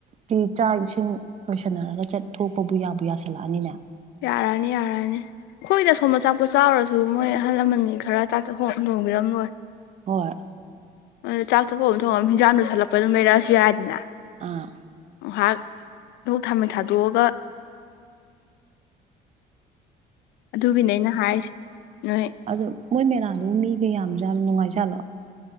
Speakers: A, on the right; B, on the left.
A: ꯇꯤ ꯆꯥꯛ ꯏꯁꯤꯡ ꯂꯣꯏꯁꯟꯅꯔꯒ ꯆꯠ ꯊꯣꯛꯄꯕꯨ ꯌꯥꯕꯨ ꯌꯥꯁꯜꯂꯛꯑꯅꯤꯅꯦ
B: ꯌꯥꯔꯅꯤ ꯌꯥꯔꯑꯅꯤ ꯑꯩꯈꯣꯏꯗ ꯁꯣꯝꯕ ꯆꯥꯛꯄ ꯆꯥꯎꯔꯁꯨ ꯃꯣꯏ ꯑꯍꯜ ꯂꯃꯟꯅꯤ ꯈꯔ ꯊꯣꯡꯕꯤꯔꯝꯂꯣꯏ
A: ꯍꯣꯏ
B: ꯑꯗꯣ ꯆꯥꯛ ꯆꯄ ꯑꯃ ꯊꯣꯡꯉꯝ ꯍꯟꯖꯥꯡꯗꯨꯣ ꯁꯜꯂꯛꯄ ꯑꯗꯨꯝ ꯂꯩꯔꯛꯑꯁꯨ ꯌꯥꯏꯗꯅ
A: ꯑꯥ
B: ꯉꯍꯥꯛ ꯗꯨꯛ ꯊꯥꯃꯩ ꯊꯥꯗꯣꯛꯑꯒ꯫ ꯑꯗꯨꯒꯤꯅꯦ ꯑꯩꯅ ꯍꯥꯏꯔꯤꯁꯦ ꯅꯣꯏ
A: ꯑꯗꯨ ꯃꯣꯏ ꯃꯦꯂꯥꯗꯨꯕꯨ ꯃꯤꯒ ꯌꯥꯝꯖꯥꯠꯂꯣ ꯅꯨꯡꯉꯥꯏꯖꯥꯠꯂꯣ꯫